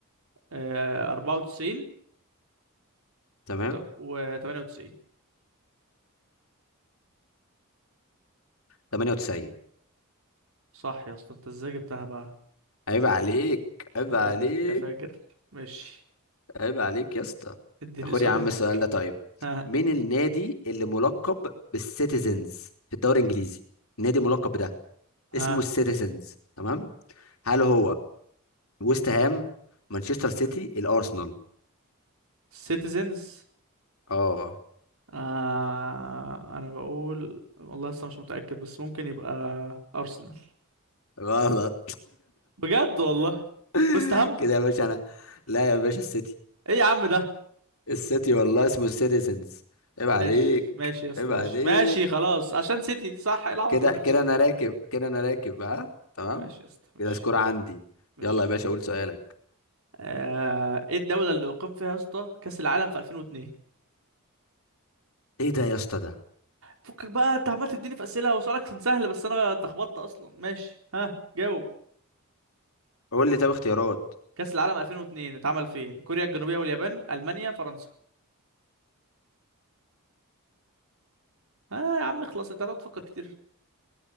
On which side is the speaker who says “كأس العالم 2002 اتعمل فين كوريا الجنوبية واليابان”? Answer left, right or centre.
Right